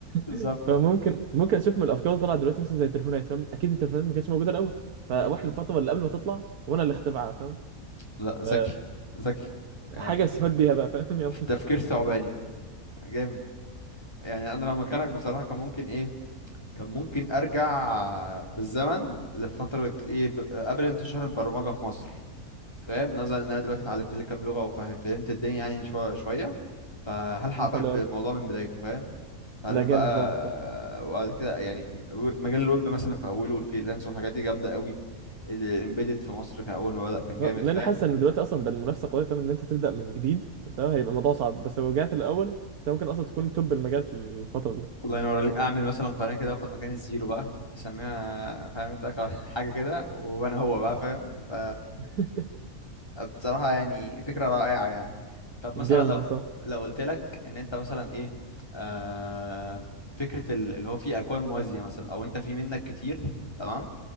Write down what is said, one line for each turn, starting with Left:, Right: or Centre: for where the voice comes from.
Left: بالظبط
Right: <laughs> فممكن ممكن اشوف من الافكار اللي طلعت دلوقتي مثلا زي التليفونات فاهم اكيد التليفونات ما كانتش موجوده الاول فاروح
Left: امم
Right: للفتره اللي قبل ما تطلع وانا اللي اخترعها فاهم
Left: لا ذكي
Right: ف-
Left: ذكي يعني
Right: حاجه استفاد بيها بقى فاهم <laughs> يلا
Left: في التفكير ثعباني جامد يعني انا لو مكانك بصراحه كان ممكن ايه كان ممكن ارجع بالزمن لفتره ايه ب... قبل انتشار البرمجه في مصر فاهم نظرا ان انا دلوقتي اتعلمت لي كام لغه وفهمت الدنيا يعني شويه شويه فهلحق
Right: آه،
Left: بقى
Right: حلو
Left: بالموضوع
Right: أوي.
Left: من بدايته فاهم اتعلم
Right: لا جامد
Left: بقى
Right: برضه صح
Left: وبعد كده يعني و- مجال الويب مثلا في اوله والفريلانس والحاجات دي جامده قوي الامبيدد في مصر كان اول ما بدأ كان جامد
Right: لا لأن
Left: فاهم
Right: انا حاسس ان دلوقتي اصلا بقى المنافسه قويه فاهم ان انت تبدا من جديد فاهم هيبقى الموضوع صعب بس لو رجعت الاول انت ممكن اصلا تكون توب المجال في الفتره دي
Left: الله ينور عليك اعمل مثلا قناه كده واخد مكان الزيرو بقى اسميها فاهم انت <laughs> حاجه كده وانا هو بقى فاهم ف
Right: <laughs>
Left: بصراحة يعني فكرة رائعة يعني طب مثلا
Right: جامد
Left: لو
Right: بصراحه
Left: لو قلت لك ان انت مثلا ايه آه فكرة ال- اللي هو فيه اكوان موازية مثلا او انت في منك كتير تمام